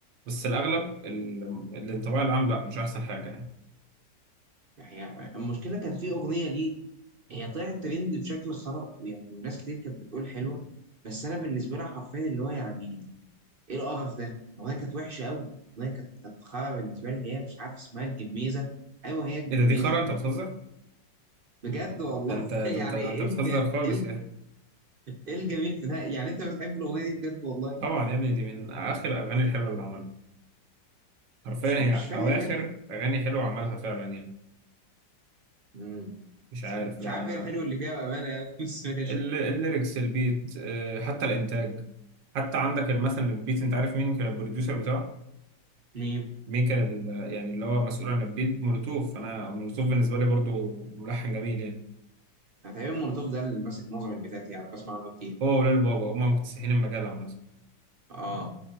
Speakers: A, on the right (about 80°); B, on the right (about 50°).
A: بس الاغلب ال- الانطباع العام لا مش احسن حاجه يعني
B: هي فعلا. المشكله كان في اغنيه ليه هي طلعت ترند بشكل خرا يعني وناس كتير كانت بتقول حلوه بس انا بالنسبه لي حرفيا اللي هو يعني ايه القرف ده الاغنيه كانت وحشه قوي الاغنيه كانت كانت خرا بالنسبه لي اللي هي مش عارف اسمها الجميزه ايوه هي الجميزه
A: ايه ده دي خرا انت بتهزر
B: بجد والله
A: ده انت
B: <laughs>
A: ده
B: يعني
A: انت ده
B: ايه
A: انت بتهزر
B: الج... ايه
A: خالص
B: الج-
A: يعني
B: إيه الجميل في ده يعني انت بتحب الاغنيه دي بجد والله
A: طبعا يا ابني دي من اخر اغاني الحلوه اللي عملها حرفيا
B: بس مش
A: هي
B: فاهم
A: اواخر
B: ايه الح...
A: اغاني حلوه عملها فعلا يعني
B: مم.
A: مش عارف
B: بس مش
A: لا
B: عارف
A: انا
B: ايه الحلو اللي فيها بامانه يعني <laughs> بس ماشي
A: ال- الليركس البيت آه، حتى الانتاج حتى عندك مثلا البيت انت عارف مين كان البروديوسر بتاعه
B: مين
A: مين كان ال- يعني اللي هو مسؤول عن البيت مولوتوف انا مولوتوف بالنسبه لي برضو ملحن جميل يعني
B: أنا تقريبا مولوتوف ده اللي ماسك معظم البتاعات يعني بسمع عنه كتير
A: هو وليل بابا هما مكتسحين المجال عامه
B: مم. اه